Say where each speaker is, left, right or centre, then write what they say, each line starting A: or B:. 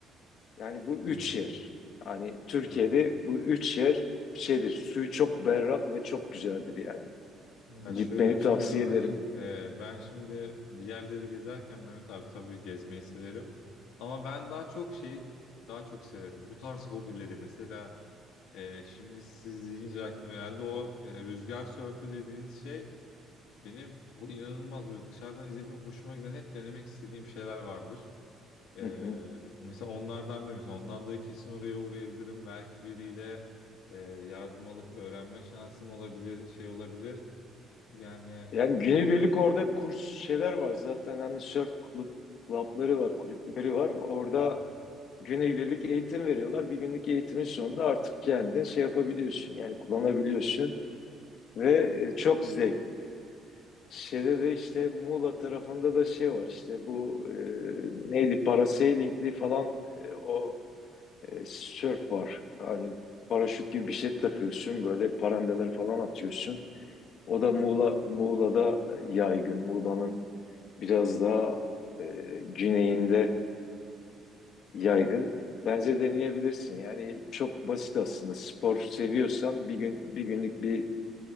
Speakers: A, on the left (about 50°); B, on the left (about 80°).
A: Yani bu üç
B: Hı.
A: yer. Yani Türkiye'de
B: Ya,
A: bu üç yer şeydir. Suyu çok berrak ve çok güzeldir yani.
B: ya şöyle
A: Gitmeni
B: bir şey
A: tavsiye
B: de var.
A: ederim.
B: Ee, ben şimdi bir yerleri gezerken Mehmet abi tabii gezmeyi severim. Ama ben daha çok şeyi daha çok severim. Bu tarz hobileri mesela e, şimdi siz deyince aklıma geldi o e, rüzgar sörfü dediğiniz şey benim o inanılmaz böyle dışarıdan izlediğim hoşuma giden hep denemek istediğim şeyler vardır. Ee,
A: Hı hı.
B: mesela onlardan biri. Mesela ondan dolayı kesin oraya uğrayabilirim. Belki biriyle e, yardım alıp öğrenme şansım olabilir, şey olabilir. Yani
A: Yani günübirlik orada kurs şeyler var zaten. Hani surf kulüp, klapları var, kulüpleri var. Orada
B: Hı.
A: günübirlik eğitim veriyorlar. Bir günlük eğitimin sonunda artık kendin şey yapabiliyorsun yani kullanabiliyorsun ve e, çok zevk. Şeyde de işte Muğla tarafında da şey var işte bu e, neydi parasailingli falan e, o e, sörf var. Hani paraşüt gibi bir şey takıyorsun böyle parandeler falan atıyorsun. O da Muğla Muğla'da yaygın. Muğla'nın biraz daha e, güneyinde yaygın. Bence deneyebilirsin. Yani çok basit aslında. Spor seviyorsan bir gün bir günlük bir